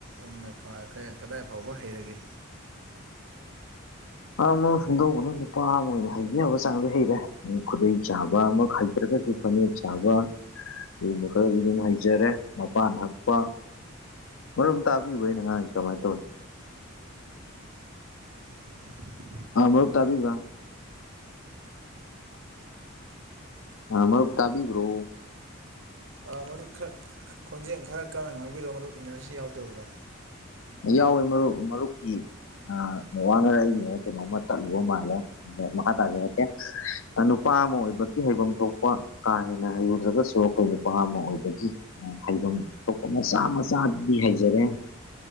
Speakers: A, on the right; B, on the left.
A: ꯎꯝꯅꯀꯥꯏ ꯀꯩ ꯀꯗꯥꯏ ꯐꯥꯎꯕ ꯍꯩꯔꯒꯦ
B: ꯑ ꯃꯣ ꯁꯨꯝꯗꯧꯕꯅꯤ ꯅꯨꯄꯥ ꯑꯃ ꯑꯣꯏꯅ ꯍꯩꯕ ꯌꯥꯕ ꯆꯥꯡꯗꯤ ꯍꯩꯔꯦ ꯈꯨꯗꯩ ꯆꯥꯕꯃꯛ ꯍꯩ ꯇꯔ꯭ ꯒꯁꯨ ꯐꯥꯅꯦꯛ ꯆꯕ ꯑꯗꯨꯒꯨꯝꯕ ꯈꯔꯗꯤ ꯑꯗꯨꯝ ꯍꯩꯖꯔꯦ ꯃꯄꯥꯟ ꯍꯛꯄ ꯃꯔꯝ ꯇꯥꯕꯤꯕ ꯑꯩꯅ ꯉꯥꯡꯉꯤꯁꯦ ꯀꯃꯥꯏꯟ ꯇꯧꯏ
A: <unintelligible>
B: ꯑꯥ ꯃꯔꯨꯞ ꯇꯥꯕꯤꯕ ꯑꯥ ꯃꯔꯨꯞ ꯇꯥꯕꯤꯕ꯭ꯔꯣ
A: ꯑꯥ ꯃꯔꯨꯞ ꯈꯔ ꯈꯣꯟꯖꯦꯜ ꯈꯔ ꯀꯟꯅ ꯉꯥꯡꯕꯤꯔꯣ ꯃꯔꯨꯞ ꯏꯟꯅꯔꯁꯤ ꯌꯥꯎꯗꯕ꯭ꯔꯥ
B: ꯌꯥꯎꯋꯦ ꯃꯔꯨꯞ ꯃꯔꯨꯞꯀꯤ ꯑꯥ ꯅꯦꯠꯋꯥꯛꯅꯔ ꯑꯩꯒꯤꯅꯔ ꯀꯩꯅꯣꯝꯃ ꯇꯠꯂꯨꯕ ꯃꯥꯜꯂꯦ ꯑꯥ ꯃꯈꯥ ꯇꯕꯤꯔꯛꯀꯦ ꯅꯨꯄꯥ ꯑꯃ ꯑꯣꯏꯕꯒꯤ ꯍꯩꯐꯝ ꯊꯣꯛꯄ ꯀꯥ ꯍꯦꯟꯅ ꯍꯩꯔꯨꯗ꯭ꯔꯒꯁꯨ ꯑꯩꯈꯣꯏꯅ ꯅꯨꯄꯥ ꯑꯃ ꯑꯣꯏꯕꯒꯤ ꯍꯩꯚꯝ ꯊꯣꯛꯄ ꯃꯆꯥ ꯃꯆꯥꯗꯤ ꯍꯩꯖꯔꯦ